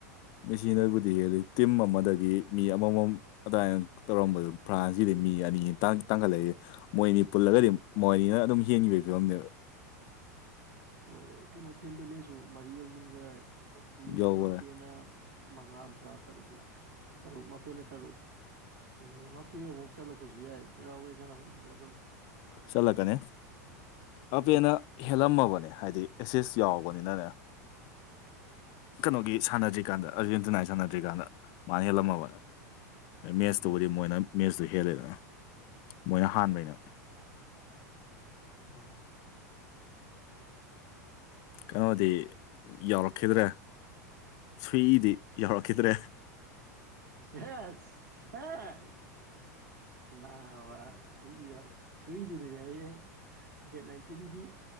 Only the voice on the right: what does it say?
ꯍꯣꯏ ꯑꯦ ꯀꯩꯅꯣ ꯇꯦꯟꯗꯦꯜꯂꯦꯁꯨ ꯃꯔꯤ ꯌꯧꯁꯤꯟꯈ꯭ꯔꯦ ꯑꯗꯒꯤ
ꯃꯄꯦꯅ ꯃꯉꯥ ꯇꯔꯥ ꯇꯔꯨꯛꯂꯥ ꯇꯔꯨꯛ ꯃꯥꯄꯦꯟꯅ ꯇꯔꯨꯛ ꯎꯝ ꯄꯦꯛ ꯑꯃꯨꯛ ꯆꯠꯂꯛꯄꯁꯨ ꯌꯥꯏ ꯄꯦꯔꯥꯎꯕꯦ ꯁꯥꯟꯅꯕꯩꯗꯨꯗ ꯑꯗꯨꯝ
ꯎꯝ
ꯎꯝ
ꯁꯦꯁ ꯁꯦ ꯅ ꯋꯥ ꯁꯗ ꯁꯨꯏꯗꯨꯅꯤꯅꯦ ꯍꯌꯦꯡ ꯗꯦꯠ ꯅꯥꯏꯟꯇꯤꯟꯒꯤ